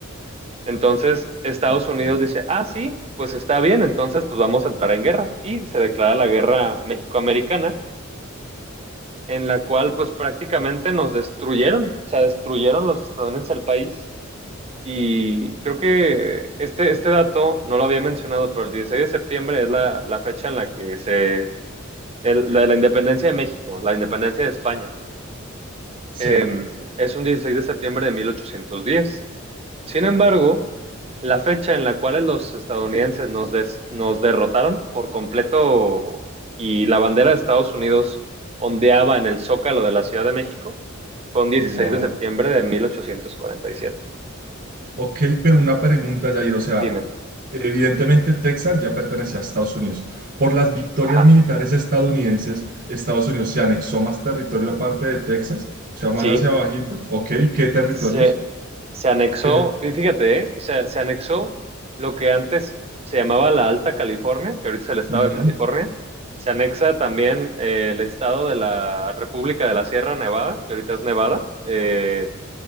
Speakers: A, on the right; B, on the right.
A: Entonces Estados
B: ok,
A: Unidos dice, ah, sí, pues está bien, entonces pues vamos a entrar en guerra. Y se declara la guerra México-Americana, en la cual pues prácticamente nos destruyeron, o sea, destruyeron los estadounidenses el país y creo que este, este dato no lo había mencionado, pero el 16 de septiembre es la, la fecha en la que se... el- la de la independencia de México, la independencia de España.
B: sí,
A: Eh, es un 16 de septiembre de 1810. Sin embargo, la fecha en la cual los estadounidenses nos, des- nos derrotaron por completo y la bandera de Estados Unidos ondeaba en el zócalo de la Ciudad de México fue un 16
B: wow.
A: de septiembre de 1847.
B: Ok, pero una pregunta, Jair, o sea,
A: Dime.
B: evidentemente Texas ya pertenecía a Estados Unidos. Por las victorias
A: Ajá.
B: militares estadounidenses, Estados Unidos se anexó más territorio aparte de Texas, o sea, más
A: Sí.
B: hacia abajito. Ok, ¿qué territorios?
A: Se, se anexó,
B: ¿Qué?
A: y fíjate, ¿eh? Se, se anexó lo que antes se llamaba la Alta California, que ahorita es el estado
B: Ujú.
A: de California. Se anexa también eh, el estado de la República de la Sierra Nevada, que ahorita es Nevada, eh,